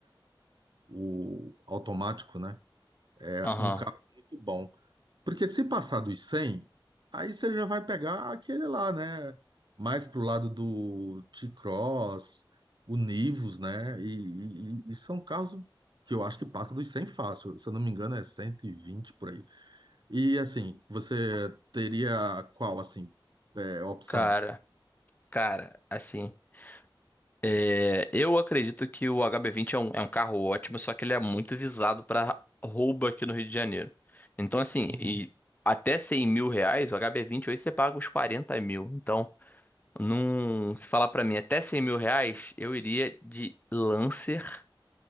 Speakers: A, on the right; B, on the left.
A: o automático, né? É
B: Aham.
A: um carro muito bom. Porque se passar dos 100, aí você já vai pegar aquele lá, né? Mais pro lado do T-Cross, o Nivus, né? E, e- e- e são carros que eu acho que passa dos 100 fácil. Se eu não me engano, é 120 por aí. E assim, você teria qual, assim, é, opção?
B: Cara, cara, assim. é, eu acredito que o HB20 é um, é um carro ótimo, só que ele é muito visado pra roubo aqui no Rio de Janeiro. Então, assim,
A: Uhum.
B: e até 100 mil reais, o HB20 hoje você paga uns 40 mil. Então, num, se falar pra mim até 100 mil reais, eu iria de Lancer.